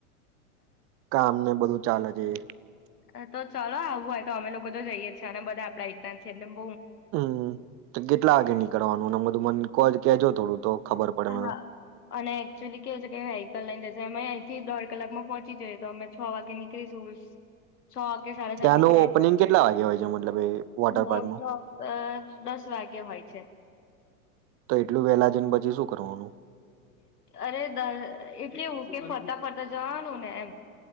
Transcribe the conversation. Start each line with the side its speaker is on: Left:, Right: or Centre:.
Right: કામ ને બધું ચાલે છ. હમ્મ.
Left: એતો છ ચાલો આવવું હોય તો અમે લોકો તો જઈએ જ છીએ અને બધા આપણા એજના જ છે એટલે મ
Right: હમ્મ, તો કેટલા વાગે નીકળવાનું ને આમ બધું મને કો કેજો થોડું. તો ખબર પડે
Left: હા
Right: મને
Left: અને એકચુઅલી કેવું છે કે વેહિકલ લઈને જશે એમેય અહીંથી દોઢ કલાકમાં પહોંચી જઈએ તો અમે છ વાગે નીકળીશું. છ કે સાડા
Right: ત્યાંનું
Left: સાત નીકળીએ
Right: ઓપનિંગ
Left: તો
Right: કેટલા વાગે હોય છે મતલબ એ વોટરપાર્કનું
Left: મોસ્ટ ઓફ દસ વાગે હોય છે.
Right: તો એટલું વેહલા જેઈન પછી શું? કરવાનું.
Left: અરે એ કેવું કે ફરતા ફરતા જવાનું ને એમ